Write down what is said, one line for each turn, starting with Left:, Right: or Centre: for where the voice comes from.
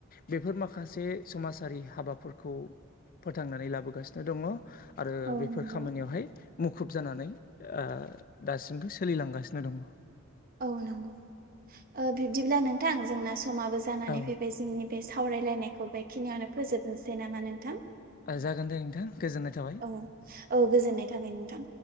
Left: बेफोर माखासे समाजारि हाबाफोरखौ। फोथांनानै लाबोगासिनो दङ। आरो
Right: औ
Left: बेफोर
Right: नंगौ
Left: खामानियावहाय मुखुब जानानै ओ दासिमबो सोलिलांगासिनो दङ।
Right: औ नंगौ ओ बिब्दिब्ला नोंथां जोंना समाबो जानानै
Left: औ
Right: फैबाय जोंनि बे सावरायलायनायखौ बेखिनियावनो फोजोबनोसै नामा नोंथां?
Left: ओ जागोन दे नोंथां गोजोननाय थाबाय।
Right: औ-औ गोजोननाय थाबाय नोंथां।